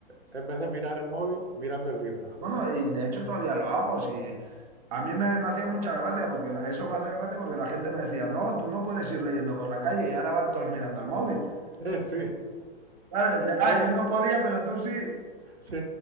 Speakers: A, on the right (about 85°); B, on the right (about 40°).
A: en vez de mirar el móvil, mirando el libro.
B: bueno,
A: <laughs>
B: y de hecho todavía lo hago. Si, a mí me, me hacía mucha gracia, porque la- eso me hace gracia porque la gente me decía, no, tú no puedes ir leyendo por la calle y ahora van todos mirando al móvil.
A: Eh, sí.
B: Claro, dice, ah,
A: Claro,
B: yo no podía, pero tú sí.
A: sí,